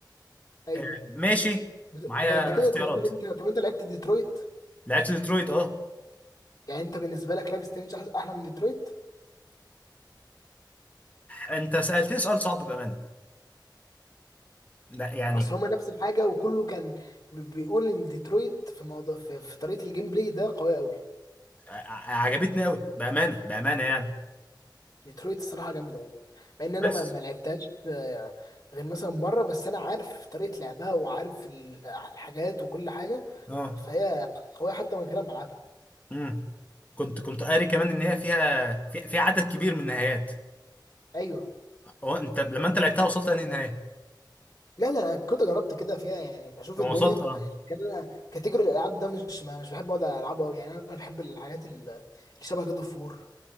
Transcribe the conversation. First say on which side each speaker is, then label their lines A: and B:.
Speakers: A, on the left (about 45°); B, on the left (about 20°).
A: ايوه
B: آه، ماشي
A: ده,
B: معايا
A: ده انت كده
B: اختيارات
A: طب انت انت طب انت لعبت ديترويت
B: لعبت ديترويت اه
A: يعني انت بالنسبه لك لايف سترينج أح- احلى من ديترويت
B: انت سالتني سؤال صعب بامانه لا يعني
A: اصل هما نفس الحاجه وكله كان بي- بيقول ان ديترويت في الموضوع في, في طريقه الجيم بلاي ده قويه قوي
B: ع- عجبتني قوي بامانه بامانه يعني
A: ديترويت الصراحه جامده يعني مع ان انا
B: بس
A: ما, ما لعبتهاش آه، غير مثلا مره بس انا عارف طريقه لعبها وعارف ال- الحاجات وكل حاجه
B: اه
A: فهي قوية حتى من غير ما ألعبها
B: امم كنت كنت قاري كمان ان هي فيها في- فيها عدد كبير من النهايات
A: أيوه
B: هو انت لما انت لعبتها وصلت لأنهي نهايه؟
A: لا لا أنا كنت جربت كده فيها يعني بشوف
B: لما
A: الدنيا
B: وصلت اه
A: لكن أنا كاتيجوري الألعاب ده مش ما مش بحب أقعد ألعبه أوي يعني أنا بحب الحاجات ال- اللي شبه جاد أوف وور